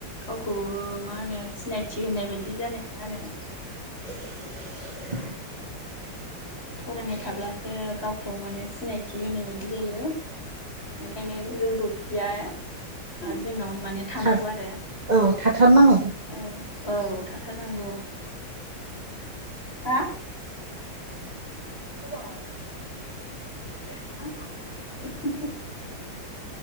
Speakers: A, on the left; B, on the right.
A: गावखौ मा होनो सिनायथि बि होननाय बायदि जानाय नङा आरो।
B: <inaudible>
A: फरायनाय थाब्लासो गावखौ माने सिनायथि होनाय बायदि जायो। ओंखायनो रोंगौथिया। जोंनाव। माने थानांगौ
B: थार
A: आरो
B: औ थाथारनांगौ
A: औ औ थाथारनांगौ हा। <unintelligible>